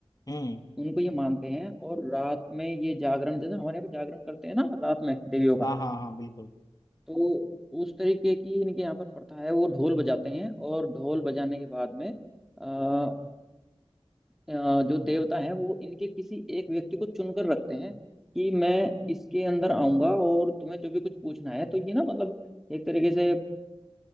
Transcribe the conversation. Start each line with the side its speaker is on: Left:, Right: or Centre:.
Left: हम्म
Centre: उनको ये मानते हैं और रात में ये जागरण जैसे हमारे यहाँ पे जागरण करते हैं ना रात में देवियों का
Left: हाँ हाँ हाँ बिल्कुल
Centre: तो उस तरीके की इनके यहाँ पर प्रथा है वो ढोल बजाते हैं और ढोल बजाने के बाद में अ, अ, जो देवता है वो इनके किसी एक व्यक्ति को चुनकर रखते हैं कि मैं इसके अंदर आऊंगा और तुम्हें जो भी कुछ पूछना है तो ये ना मतलब एक तरीके से